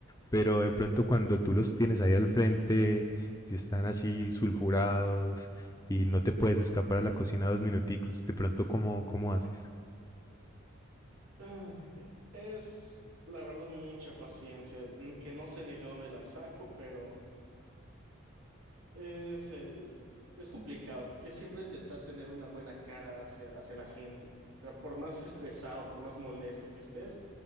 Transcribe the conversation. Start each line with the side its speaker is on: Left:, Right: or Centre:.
Left: Pero de pronto cuando tú los tienes ahí al frente y están así sulfurados y no te puedes escapar a la cocina dos minuticos, de pronto ¿cómo, cómo haces?
Right: Ah, Es, la verdad, mucha paciencia, n- que no sé ni de dónde la saco, pero es el, es complicado, porque siempre intentar tener una buena cara hacia, hacia la gente. O sea, por más estresado, por más molesto que estés,